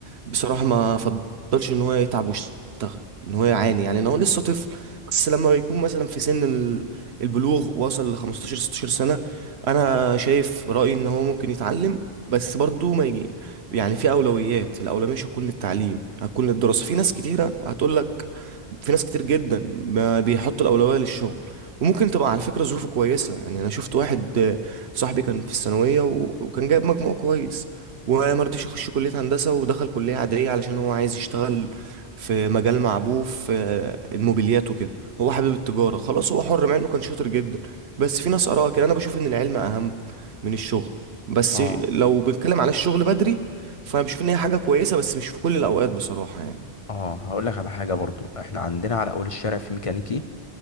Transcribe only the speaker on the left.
مم.
اه
اه هقول لك على حاجه برضو احنا عندنا على اول الشارع في ميكانيكي